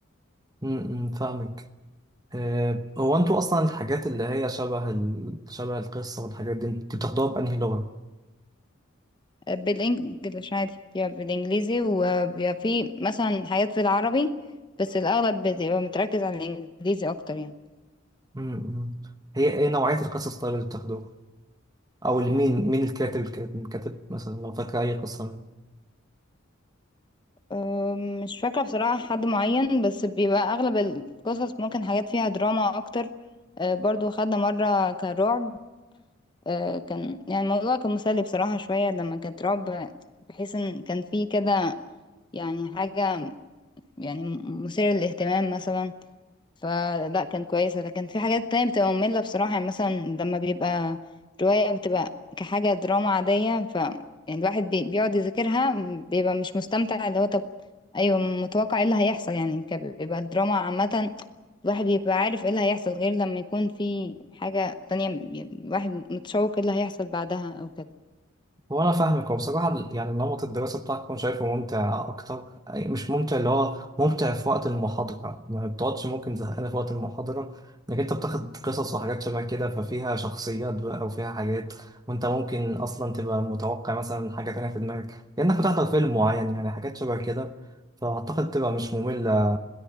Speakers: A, on the right; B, on the left.
A: م- م، فاهمك أه، هو انتوا اصلا الحاجات اللي هي شبه ال... شبه القصه والحاجات دي انتوا بتاخدوها بانهي لغه
B: بالانجلش عادي بيبقى بالانجليزي وبيبقى فيه مثلا حاجات في العربي بس الأغلب بيبقى متركز على الإنجليزي أكتر يعني
A: م- م. هي ايه نوعيه القصص طيب اللي بتاخدوها او لمين مين الكاتب الكاتب كاتب مثلا لو فاكر اي قصه منه
B: أم، مش فاكرة بصراحة حد معين بس بيبقى أغلب القصص ممكن حاجات فيها دراما أكتر أه، برضو خدنا مرة كان رعب أه، كان يعني الموضوع كان مسلي بصراحة شوية لما كانت رعب بحيث إن كان فيه كده يعني حاجة يعني مثيرة للاهتمام مثلا فلا كان كويس لكن في حاجات تانية بتبقى مملة بصراحة يعني مثلا لما بيبقى رواية بتبقى كحاجة دراما عادية ف يعني الواحد بي- بيقعد يذاكرها بيبقى مش مستمتع اللي هو طب ايوه متوقع ايه اللي هيحصل يعني ك- بيبقى الدراما عامة الواحد بيبقى عارف ايه اللي هيحصل غير لما يكون في حاجة تانية م- يعني الواحد متشوق ايه اللي هيحصل بعدها او كده
A: هو انا فاهمك هو بصراحه يعني نمط الدراسه بتاعك انا شايفه ممتع اكتر أي- مش ممتع اللي هو ممتع في وقت المحاضره ما بتقعدش ممكن زهقانه في وقت المحاضره انك انت بتاخد قصص وحاجات شبه كده ففيها شخصيات بقى وفيها حاجات وانت ممكن اصلا تبقى متوقع مثلا حاجه تانية في دماغك كانك بتحضر فيلم معين يعني حاجات شبه كده فاعتقد تبقى مش ممله